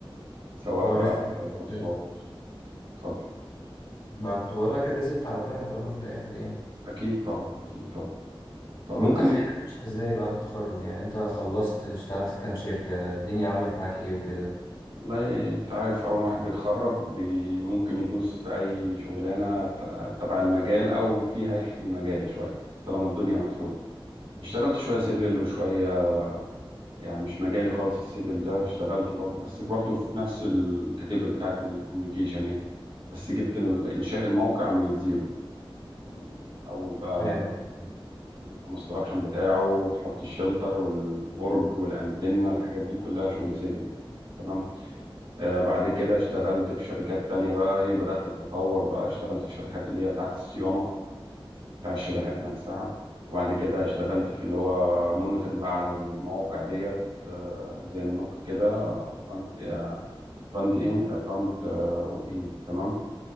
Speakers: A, on the right (about 75°); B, on the left (about 60°).
A: سواء
B: هو
A: بقى
B: الرزق بتاع ربنا
A: كورسات اتفضل
B: ما كنت بقول لك الرزق بتاع ربنا في الأول وفي الآخر يعني
A: اكيد طبعا اكيد طبعا طب
B: طب
A: ممكن
B: انت حياتك مشيت ازاي بعد التخرج يعني انت خلصت اشتغلت في كام شركة الدنيا عملت معاك ايه وكده
A: والله انت عارف اول واحد بيتخرج بي ممكن يدوس في اي شغلانه ت- تبع المجال او فيها ريحه المجال شويه طالما الدنيا مقفوله اشتغلت شويه سيفل وشويه يعني مش مجالي خالص السيفل ده اشتغلته برضو بس برضو في نفس الكاتيجوري بتاعت الكوميونيكيشن يعني بس جبت ال- انشاء الموقع من الزيرو يعني اول بقى
B: فاهم قصدك
A: الكونستراكشن بتاعه تحط الشلتر والبرج والانتنه والحاجات دي كلها شغل سيفل يعني تمام آه، بعد كده اشتغلت في شركات تانية بقى ايه بدأت اتطور بقى اشتغلت في شركات اللي هي بتاعت الصيانة بتاع الشبكات نفسها وبعد كده اشتغلت في اللي هو مونيتور بقى على المواقع ديت آه، زي النوك كده فرونت آه، فرونت ان فرونت آه، واند تمام